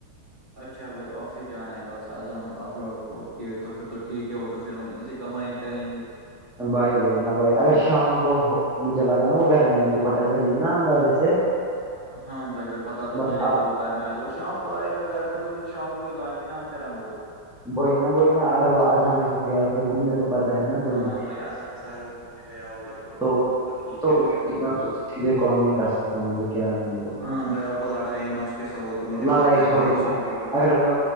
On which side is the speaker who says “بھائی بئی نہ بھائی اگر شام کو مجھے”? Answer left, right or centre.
Centre